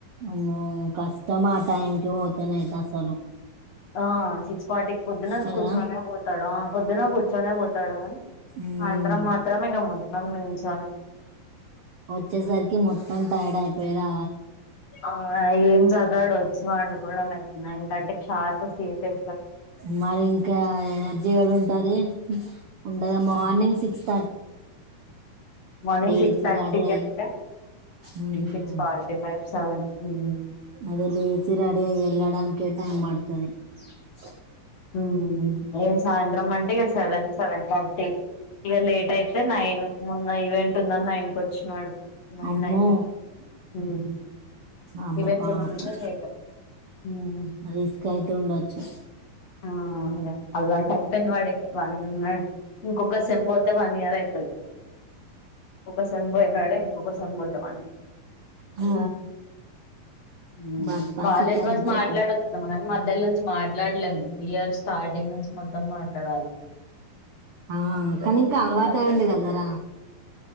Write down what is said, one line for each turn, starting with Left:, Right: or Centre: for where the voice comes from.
Right: అమ్మో కష్టం మాటా ఇంటికి పోతనైతే అసలు
Left: ఆ సిక్స్ ఫార్టీ పొద్దున
Right: కదా
Left: కూర్చుని పోతాడు ఆ.. పొద్దున కూర్చొనే పోతాడు అని
Right: ఉమ్
Left: సాయంత్రమే మాత్రమే గమ్మును కమీన్స్ <unintelligible>
Right: వచ్చేసరికి మొత్తం టైడ్ అయిపోయి రా
Left: ఆ ఐ <unintelligible> డు వచ్చేవాడు కూడా మె నైన్ థర్టీకి షార్ప్ స్లీప్ వే
Right: మరి ఇంకా ఎనర్జీ ఉంటది ఉంటది morning six thirty
Left: morning six
Right: లేచి
Left: థర్టీ
Right: రెడీ అయి
Left: అంటే
Right: um
Left: six forty five seven ఉ
Right: అదే లిసి రెడీ అయ్యి వెళ్లడానికి టైం పడతది స
Left: ఉమ్ ఏ సాయంత్రం అంటే ఇగ సెవెన్ సెవెన్ థర్టీ ఇగ లేట్ అయితే నైన్ మొన్న ఈవెంట్ ఉందని నైన్ కి వచ్చినాడు <unintelligible>
Right: అమ్మో అమ్మ
Left: ఈవెంట్స్
Right: పాపం
Left: ఏమన్నా ఉంటే లేట్ హ్మ్.
Right: రిస్క్యితే ఉండ వచ్చు
Left: ఆ అదా అల్లాంటి అయిపోయింది వాడికి వన్ అండ్ ఇంకా ఒక్క సెమ్ పోతే వన్ ఇయర్ అయి ఓకే ఇసం పోయినాడ ఇంకొక పోతాం
Right: ఆ
Left: <unintelligible> హు
Right: బస్ పాస్
Left: కాలేజ్
Right: ఇక్కడ
Left: బస్
Right: నుంచి
Left: మాట్లాడచ్చు
Right: ఎక్కడికి
Left: మధ్యలో నుంచి మాట్లాడలేము ఇయర్ స్టార్టింగ్ నుంచి మొత్తం మాట్లాడాలి
Right: ఆ
Left: అందుకే
Right: కానీ ఇంకా
Left: ఏం
Right: అలవాటు
Left: మాట్లాడతలే
Right: అయింది కదార